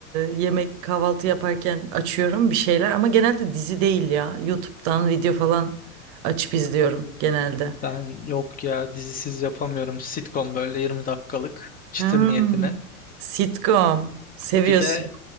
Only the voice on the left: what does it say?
Ben yok ya dizisiz yapamıyorum. Sitcom böyle 20 dakikalık çıtır
niyetine.
Bir de